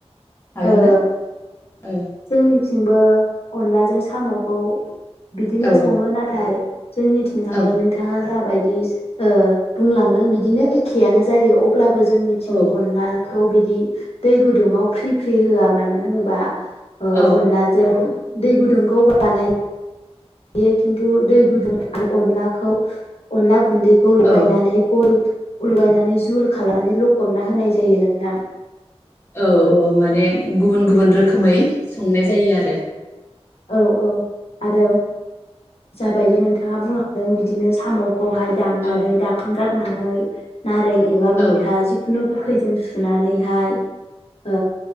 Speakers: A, on the left; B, on the left.
A: हागोन
B: ओ
A: ना ओ
B: जोंनिथिंबो अनलाजों साम'खौ बिदिनो
A: औ
B: सङो नाथाय जोंनिथिंहाय
A: औ
B: नोंथाङा जा बायदि ओ बुंलांदों बिदिनो एखेआनो जायो अब्ला बो जोंनिथिं
A: औ
B: अनला खौ बिदि दै गुदुङाव फ्रि फ्रि होआ मानो होनोबा ओ
A: औ
B: अनलाजों दै गुदुंखौ बानायो। बेयो खिन्थु दै गुदुं आरो अनलाखौ अनला गुन्दैखौ लगायनानै
A: औ
B: गल उगायनानै जुल खालामनानै लखबना होनाय जायो नोंथां‌
A: औ औ माने गुबुन गुबुन रोखोमै संनाय जायो आरो।
B: औ औ आरो जाबायदि नोंथाङा बुंलां जों बिदिनो साम खौहाय दाननानै
A: ओ
B: दाखोन गार नानै नारें एबा
A: ओ
B: मैथा जिखुनु गोखैजों सुनानैहाय ओ